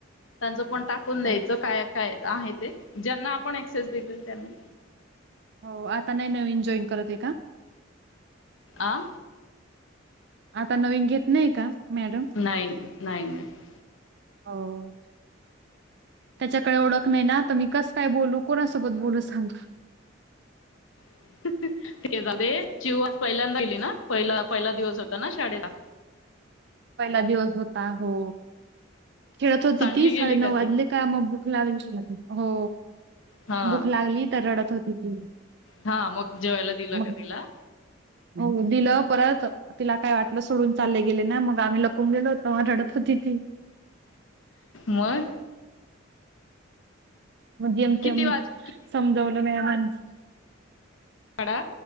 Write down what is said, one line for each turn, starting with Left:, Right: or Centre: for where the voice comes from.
Left: त्यांचं पण टाकून द्यायचं
Right: हो
Left: काय काय आहे ते ज्यांना आपण एक्सेस दिलेल त्यांनी
Right: हो आता नाही नवीन जॉईन करत आहे का?
Left: आं
Right: आता नवीन घेत नाही का? मॅडम
Left: नाही नाही नाही.
Right: हो त्याच्याकडे ओळख नाही ना तुम्ही कस काय बोलू कोणासोबत बोलू सांग.
Left: <unintelligible> जिवास पहिल्यांदाहिली ना पहि पहिला दिवस होता ना शाडेला.
Right: पहिला दिवस होता हो, खेळत होती
Left: चांगली
Right: ती साडेनऊ
Left: गेली का
Right: वाजले
Left: ती
Right: का मग भुक ला श हो.
Left: हा
Right: भूक लागली तर रडत होती ती.
Left: हा मग जेवायला दिलं
Right: मग
Left: का तिला
Right: हो दिलं परत तिला काय वाटलं सोडून चालले गेले ना मग आम्ही लपवून गेलो होतो मग रडत होती ती.
Left: मग
Right: मग जेम
Left: किती
Right: तेम
Left: वाज
Right: समजवलं नाही माण
Left: काडा